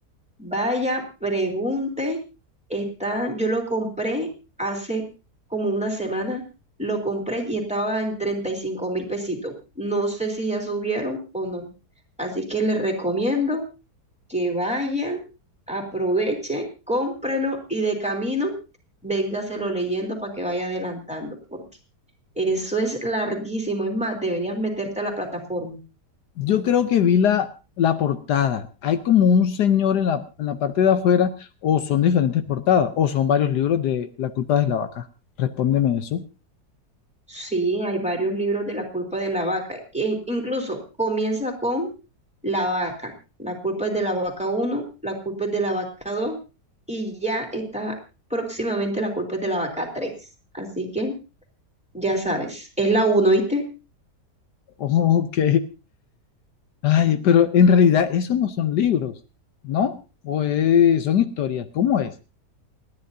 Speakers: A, in the centre; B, on the left.
A: Vaya, pregunte, está, yo lo compré hace como una semana, lo compré y estaba en treinta y cinco mil pesitos. No sé si ya subieron o no. Así que les recomiendo que vayan, aprovechen, cómprelo y de camino véngaselo leyendo para que vaya adelantando, porque eso es larguísimo. Es más, deberías meterte a la plataforma.
B: Yo creo que vi la, la portada. Hay como un señor en la, en la parte de afuera, o son diferentes portadas, o son varios libros de La culpa de la vaca. Respóndeme eso. <laughs>
A: Sí, hay varios libros de la culpa de la vaca. e incluso comienza con la vaca. La culpa es de la vaca uno la culpa es de la vaca dos y ya está próximamente la culpa es de la vaca tres Así que ya sabes, es la uno ¿viste?
B: Ok. Ay, pero en realidad esos no son libros, ¿no? O es- son historias. ¿Cómo es?